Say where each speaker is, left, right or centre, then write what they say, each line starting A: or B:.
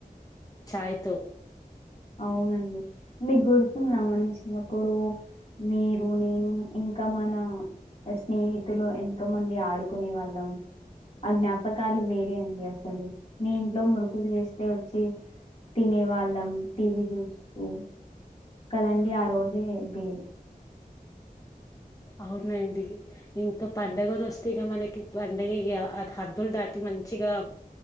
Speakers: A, on the left; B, on the left.
A: ఛాయ్ తో.
B: అవునండి మీకు గుర్తు నమనించినప్పుడు మీరు నేను ఇంకా మన స్నేహితులు ఎంతోమంది ఆడుకునే వాళ్ళం ఆ జ్ఞాపకాలు వేరే అండి అసలు మీ ఇంట్లో మురుకులు చేస్తే వచ్చి తినేవాళ్ళం టీవీ చూస్తూ కదండీ ఆ రోజే వేరు
A: అవునండి ఇంకా పండగది వస్తే ఇక మనకి పండగ హద్దులు దాటి మంచిగా